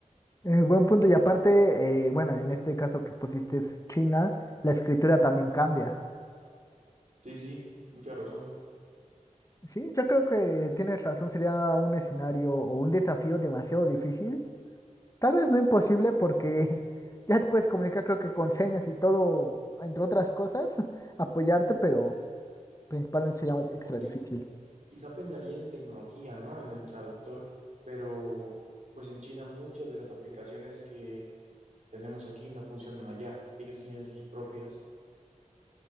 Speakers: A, on the left; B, on the right.
A: Eh, buen punto, y aparte, eh, bueno, en este caso que pusiste es China, la escritura también cambia.
B: Sí, sí, mucha razón.
A: Sí, yo creo que tienes razón, sería un escenario o un desafío demasiado difícil, tal vez no imposible porque <laughs> ya te puedes comunicar creo que con señas y todo, entre otras cosas, <laughs> apoyarte, pero...
B: Sí,
A: principalmente sería extra
B: ¿Por qué?
A: difícil.
B: Quizá pensaría en tecnología, ¿no? En el traductor, pero pues en China muchas de las aplicaciones que tenemos aquí no funcionan allá. Ellos tienen sus propias.